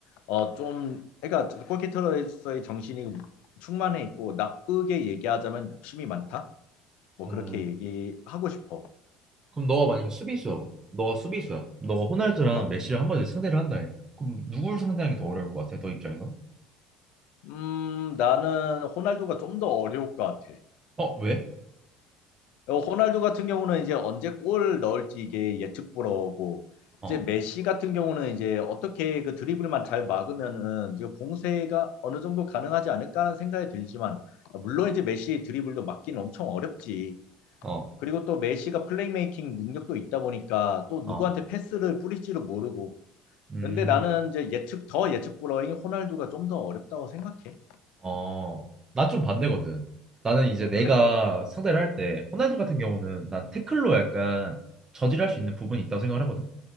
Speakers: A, on the left (about 65°); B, on the right (about 25°).
A: 어 좀 그러니까 골키터로서의 정신이 충만해 있고 나쁘게 얘기하자면 욕심이 많다 뭐
B: 음.
A: 그렇게 얘기하고 싶어.
B: 그럼 너가 만약에 수비수야. 너가 수비수야. 너가 호날두랑
A: 어,
B: 메시를 한마디로 상대를 한다 해. 그럼 누굴 상대하는 게 더 어려울 것 같아? 너 입장에선?
A: 음, 나는 호날두가 좀 더 어려울 것 같아.
B: 어, 왜?
A: 어, 호날두 같은 경우는 이제 언제 골 넣을지 이게 예측 불허고,
B: 어,
A: 이제 메시 같은 경우는 이제 어떻게 그 드리블만 잘 막으면은 이제 봉쇄가 어느 정도 가능하지 않을까라는 생각이 들지만, 아, 물론 이제 메시 드리블도 막기는 엄청 어렵지.
B: 어,
A: 그리고 또 메시가 플레이메이킹 능력도 있다 보니까 또
B: 어.
A: 누구한테 패스를 뿌릴지를 모르고.
B: 음,
A: 그런데 나는 이제 예측, 더 예측 불허인 호날두가 좀 더 어렵다고 생각해.
B: 어. 난 좀 반대거든. 나는 이제 내가
A: 그래?
B: 상대를 할 때 호날두 같은 경우는 난 태클로 약간 저질할 수 있는 부분이 있다고 생각을 하거든.